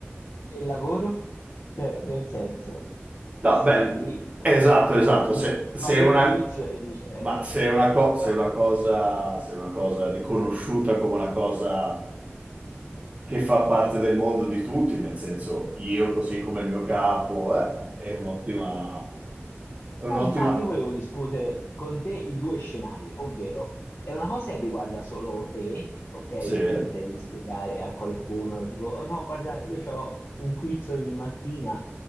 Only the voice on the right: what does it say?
No,
beh,
esatto, esatto.
Se,
se è
una...
Ma se è una, co- se
è una cosa, se è una cosa riconosciuta come una cosa che fa parte del mondo di tutti, nel senso io così come il mio capo, eh, è un'ottima, è un'ottima,
sì, eh,